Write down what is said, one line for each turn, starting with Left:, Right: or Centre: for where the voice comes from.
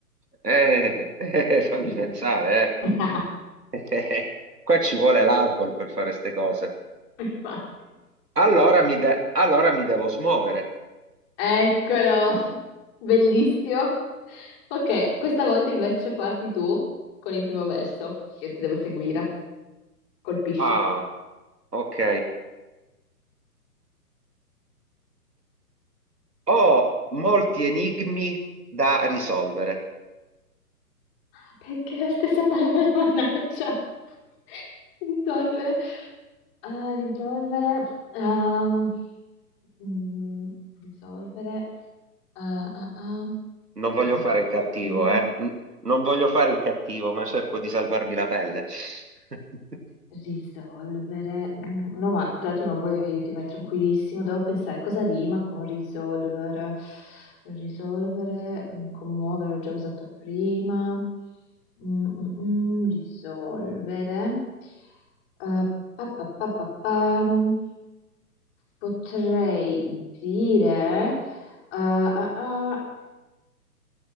Right: Eh, <laughs> eh, fammi pensare,
Left: <laughs>
Right: eh. <laughs> Eh, Qua ci vuole l'alcol per fare ste cose.
Left: <laughs> Infatti.
Right: Allora mi, de- allora mi devo smuovere.
Left: Eccolo, bellissimo. Ok, questa volta invece parti tu con il primo verso. Io ti devo seguire. Colpisci.
Right: Ah, ok. Ho molti enigmi da risolvere.
Left: Ah, Perché la stessa parola, <laughs> mannaggia. Risolvere. Ah, risolvere. Ehm, mm, risolvere. Ah, ah, ah.
Right: Non voglio
Left: Madò,
Right: fare
Left: che
Right: il
Left: parole
Right: cattivo, eh? N- Non voglio fare il cattivo, ma cerco di salvarmi la pelle. <laughs>
Left: Risolvere. Mm, No, ma tra l'altro non voglio aiuti, vai tranquillissimo. Devo pensare cosa rima con risolvere. Risolvere, mm, commuovere, l'ho già usato prima. Mm, mm, mm, risolvere. Eh, pa, pa, pa, pa, pam. Potrei dire eh, ah, ah,